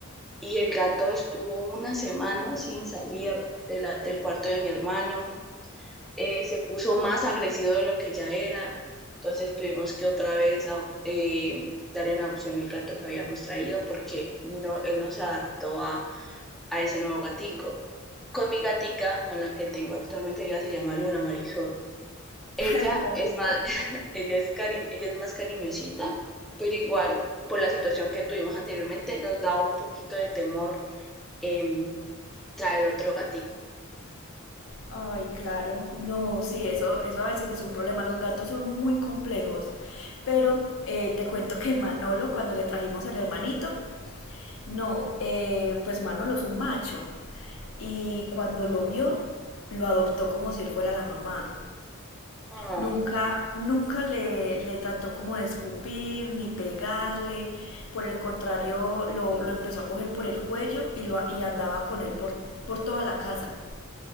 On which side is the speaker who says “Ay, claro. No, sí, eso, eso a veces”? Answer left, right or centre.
Left